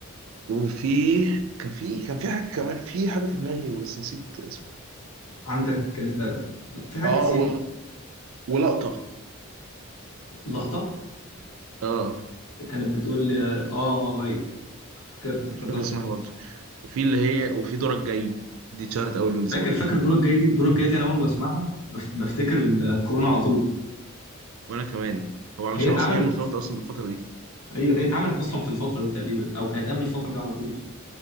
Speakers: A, on the right; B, on the left.
A: وفي كان في كان في حاجه كمان في حاجه في دماغي بس نسيت اسمها
B: عندك آه، لا في حاجات
A: اه
B: كتير
A: و... ولقطه
B: لقطة
A: اه
B: كانت بتقول لي اه اه آه، ايوه فاكر افتكرتها
A: مش فاكر اسمها برضو وفي اللي هي وفي دورك جاي دي اتشهرت اول ويلز
B: فاكر
A: برضو
B: فاكر الدور الجاي دي الدور الجاي دي انا اول ما اسمعها كنت بف- بفتكر الكورونا على طول
A: وانا كمان هو علشان
B: هي اتعملت
A: اصلا هي مرتبطه اصلا بالفتره دي
B: ايوه هي اتعملت اصلا في الفترة دي تقريبا او كانت قبل الفترة دي على طول